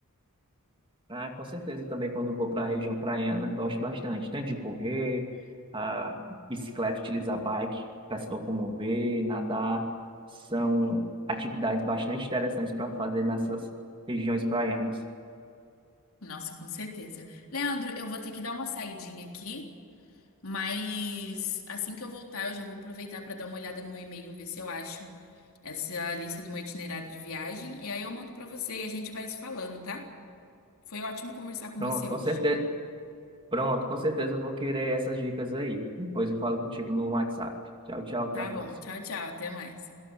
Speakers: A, on the right (about 25°); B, on the left (about 70°).
A: Ah, com certeza também quando eu vou para a região praiana, gosto bastante. Tanto de correr, a bicicleta, utilizar bike para se locomover, nadar. São atividades bastante interessantes para fazer nessas regiões praianas.
B: Nossa, com certeza. Leandro, eu vou ter que dar uma saidinha aqui. Mas assim que eu voltar, eu já vou aproveitar para dar uma olhada no meu e-mail, ver se eu acho essa lista do meu itinerário de viagem. E aí eu mando para você e a gente vai se falando, tá? Foi ótimo conversar com
A: Pronto,
B: você
A: com
B: hoje.
A: certeza, pronto, com certeza eu vou querer essas dicas aí. Depois eu falo contigo no WhatsApp. Tchau, tchau, até
B: Tá
A: a próxima.
B: bom. Tchau, tchau. Até mais.